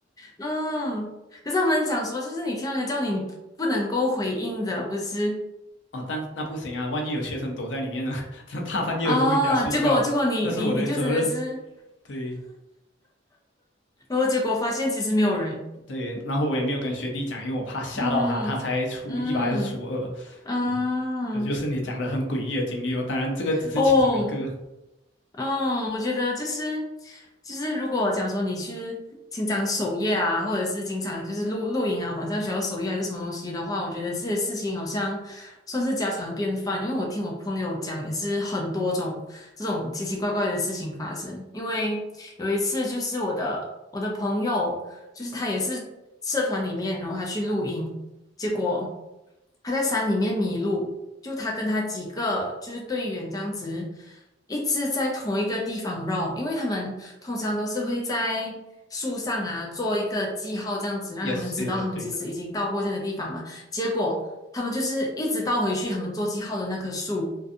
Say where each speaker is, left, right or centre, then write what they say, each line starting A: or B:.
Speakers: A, on the left; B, on the left.
A: 嗯，可是他们讲说，就是你听到人家叫你，你不能够回应的，不是？
B: 哦，但那不行啊，万一有学生躲在里面呢？<laughs> 他大半夜的不回家睡觉，
A: 啊？结果结果你你你就真的是，
B: 那是我的责任。对
A: 然后结果发现其实没有人。
B: 对，然后我也没有跟学弟讲，因为我怕吓到他，
A: 嗯嗯
B: 他才初一吧还是初二。
A: 嗯，
B: 对，这就是你讲的很诡异的经历哦。当然，这个只是其中一个。
A: 哦，嗯，我觉得就是就是，如果讲说你去经常守夜啊，或者是经常就是露露营啊，晚上需要守夜还是什么东西的话，我觉得这些事情好像算是家常便饭。因为我听我朋友讲，也是很多种这种奇奇怪怪的事情发生。因为有一次就是我的我的朋友，就是他也是社团里面，然后他去露营，结果。他在山里面迷路，就他跟他几个就是队员这样子，一直在同一个地方绕，因为他们通常都是会在树上啊做一个记号，这样子让他们知道他们其实已经到过这样的地方嘛。
B: Yes，对的，对的。
A: 结果他们就是一直倒回去他们做记号的那棵树，